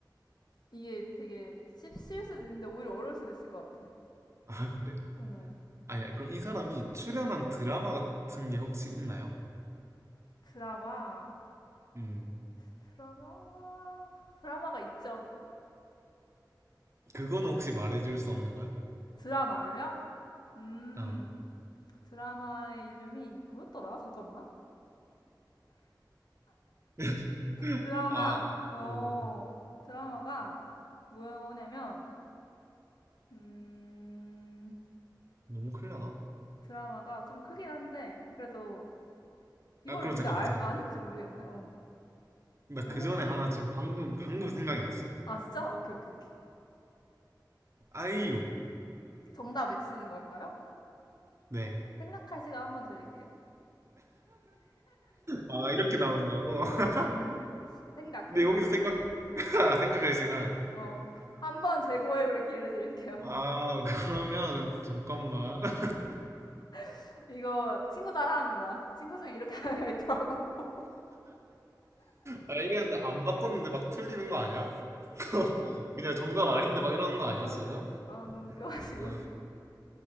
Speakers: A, on the left; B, on the right.
A: 이게 되게 씹쓸 수도 있는데 오히려 어려울 수도 있을 것 같아.
B: 아, 그래?
A: 어,
B: 아니야, 그럼 이 사람이 출연한 드라마 같은 게 혹시 있나요?
A: 드라마,
B: 음,
A: 드라마, 드라마가 있죠.
B: 그거는 혹시 말해줄 수 없는 거야?
A: 드라마를요? 음,
B: 응
A: 드라마의 이름이 뭐였더라? 잠깐만.
B: <laughs>
A: 드라마,
B: 아,
A: 어,
B: 오,
A: 드라마가 뭐냐면, 음,
B: 너무 클려나?
A: 드라마가 좀 크긴 한데, 그래도 이걸
B: 아, 그럼
A: 근데
B: 잠깐만,
A: 알,
B: 잠깐만.
A: 아는지 모르겠네. 어,
B: 나
A: 모를
B: 그 전에
A: 수도?
B: 하나 지금 방금, 방금 생각이 났어.
A: 아, 진짜? 오케이, 오케이, 오케이.
B: 아이유.
A: 정답 외치는 건가요?
B: 네.
A: 생각할 시간 한번 드릴게요.
B: 아, 이렇게 나온다고? <laughs>
A: 음, 생각,
B: 근데
A: 생각.
B: 여기서 생각, <laughs> 생각할 시간.
A: 어, 한번 재고해볼 기회를 드릴게요.
B: 아, 그러면, 잠깐만. <laughs>
A: <laughs> 이거 친구 따라하는 거야. 친구 중에 이렇게 하는 애가 있더라고. <laughs>
B: 아, 이랬는데 안 바꿨는데 막 틀리는 거 아니야? <laughs> 그냥 정답 아닌데 막 이러는 거 아니야,
A: 아,
B: 지금?
A: 아, 너무 웃겨가지고.
B: 아,